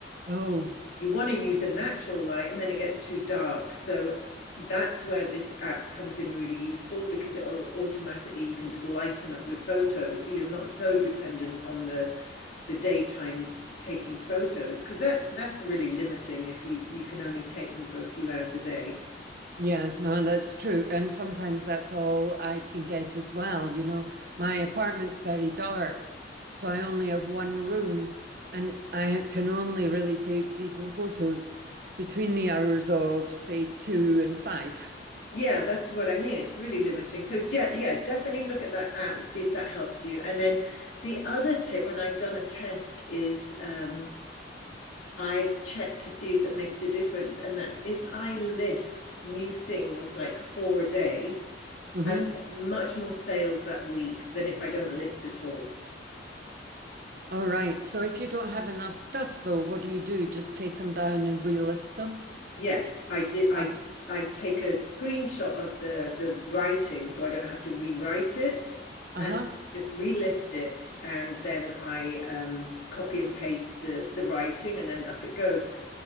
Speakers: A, on the right; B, on the left.
A: Oh.
B: you want to use a natural light and then it gets too dark. So that's where this app comes in really useful because it'll automatically you can just lighten up your photos so you're not so dependent on the the daytime taking photos because that that's really limiting if you you can only take them for a few hours a day.
A: Yeah, no, that's true. And sometimes that's all I can get as well. You know, my apartment's very dark, so I only have one room and I can only really take decent photos between the hours of, say, two and five.
B: Yeah, that's what I mean. It's really limiting. So yeah, yeah, definitely look at that app and see if that helps you. And then the other tip, and I've done a test, is um, I've checked to see if it makes a difference, and that's if I list new things like four a day,
A: Mm-hmm.
B: I get much more sales that week than if I don't list at all.
A: All right. So if you don't have enough stuff, though, what do you do? Just take them down and relist them?
B: Yes, I did. I
A: Ah.
B: I take a screenshot of the the writing so I don't have to rewrite it
A: Uh-huh.
B: and just relist it and then I um copy and paste the the writing and then up it goes.